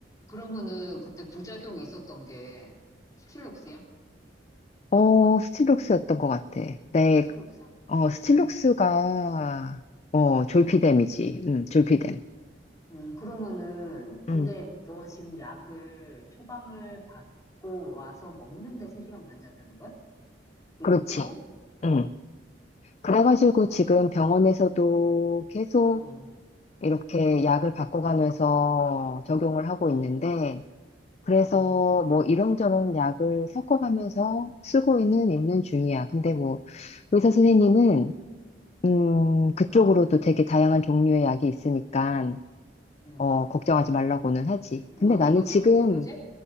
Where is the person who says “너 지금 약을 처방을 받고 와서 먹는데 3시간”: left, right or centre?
Left